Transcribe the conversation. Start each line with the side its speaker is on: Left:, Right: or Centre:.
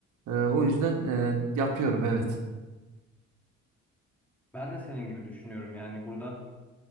Right: Ee, o yüzden e, yapıyorum evet.
Centre: Ben de senin gibi düşünüyorum. Yani burada